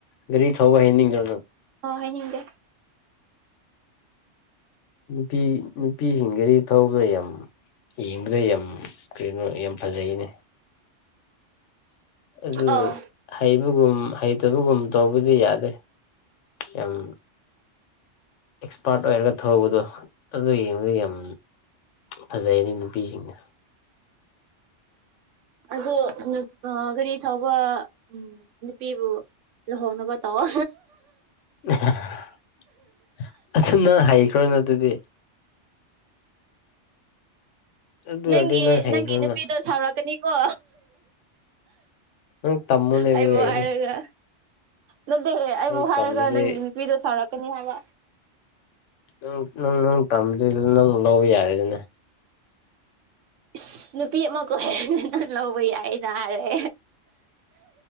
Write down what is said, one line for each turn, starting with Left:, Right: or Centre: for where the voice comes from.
Left: ꯒꯥꯔꯤ ꯊꯧꯕ ꯍꯩꯅꯤꯡꯗ꯭ꯔꯣ ꯅꯪ
Right: ꯑꯥ ꯍꯩꯅꯤꯡꯗꯦ
Left: ꯅꯨꯄꯤ ꯅꯨꯄꯤꯁꯤꯡ ꯒꯔꯤ ꯊꯧꯕꯗ ꯌꯥꯝ ꯌꯦꯡꯕꯗ ꯌꯥꯝ ꯀꯔꯤꯅꯣ ꯌꯥꯝ ꯐꯖꯩꯅꯦ ꯑꯗꯨꯒ
Right: ꯑꯧ
Left: ꯍꯩꯕꯒꯨꯝ ꯍꯩꯇꯕꯒꯨꯝ ꯇꯧꯕꯗꯤ ꯌꯥꯗꯦ ꯌꯝ ꯑꯦꯛꯁꯄꯥꯔꯠ ꯑꯣꯏꯔꯒ ꯊꯧꯕꯗꯣ ꯑꯗꯨ ꯌꯦꯡꯕꯒꯤ ꯌꯝ ꯐꯖꯩꯅꯦ ꯅꯨꯄꯤꯁꯤꯡꯗꯣ
Right: ꯑꯗꯣ <unintelligible> ꯒꯥꯔꯤ ꯊꯧꯕ ꯎꯝ ꯅꯨꯄꯤꯕꯨ ꯂꯨꯍꯣꯡꯅꯕ ꯇꯧꯋꯣ
Left: <unintelligible> ꯑꯗꯨ ꯅꯪ ꯍꯩꯈ꯭ꯔꯣꯅ ꯑꯗꯨꯗꯤ ꯑꯗꯨ
Right: ꯅꯪꯒꯤ
Left: ꯑꯣꯏꯔꯗꯤ ꯅꯪ ꯍꯩꯈ꯭ꯔꯣꯅ
Right: ꯅꯪꯒꯤ ꯅꯨꯄꯤꯗꯣ ꯁꯥꯎꯔꯛꯀꯅꯤꯀꯣ
Left: ꯅꯪ ꯇꯝꯃꯨ ꯂꯩ
Right: ꯑꯩꯕꯨ
Left: <unintelligible>
Right: ꯍꯥꯏꯔꯒ ꯅꯠꯇꯦꯍꯦ ꯑꯩꯕꯨ
Left: ꯇꯝꯕꯗꯤ
Right: ꯍꯥꯏꯔꯒ ꯅꯪꯒꯤ ꯅꯨꯄꯤꯗꯣ ꯁꯥꯎꯔꯛꯀꯅꯤ ꯍꯥꯏꯕ
Left: ꯅꯪ ꯅꯪ ꯅꯪ ꯇꯝꯖꯤꯜꯂꯣ ꯅꯪ ꯂꯧꯕ ꯌꯥꯔꯦꯗꯅ
Right: ꯏꯁ ꯅꯨꯄꯤ ꯑꯃ ꯀꯣꯏ <unintelligible> ꯅꯪ ꯂꯧꯕ ꯌꯥꯏꯒ ꯍꯥꯏꯔꯦ